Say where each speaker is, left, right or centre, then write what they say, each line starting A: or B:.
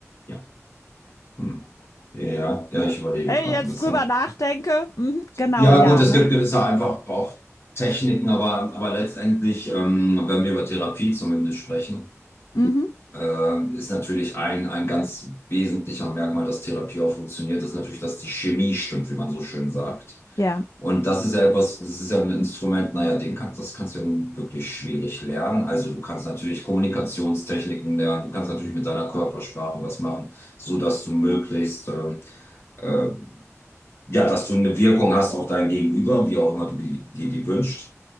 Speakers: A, on the left (about 50°); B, on the left (about 80°).
A: ja. Hm. Ja, ja, ja, ich überlege
B: Wenn
A: gerade
B: ich jetzt
A: ein bisschen.
B: drüber nachdenke, mhm, genau,
A: Ja,
B: ja,
A: gut, es
B: ne?
A: gibt gewisse einfach auch Techniken, aber, aber letztendlich, ähm, wenn wir über Therapie zumindest sprechen,
B: Mhm,
A: ähm, ist natürlich ein, ein ganz wesentlicher Merkmal, dass Therapie auch funktioniert, ist natürlich, dass die Chemie stimmt, wie man so schön sagt.
B: ja.
A: Und das ist ja etwas, das ist ja ein Instrument, naja, den kannst, das kannst du ja nun wirklich schwierig lernen. Also du kannst natürlich Kommunikationstechniken lernen, du kannst natürlich mit deiner Körpersprache was machen, so dass du möglichst, ähm, äh, ja, dass du eine Wirkung hast auf dein Gegenüber, wie auch immer du die- dir die wünscht.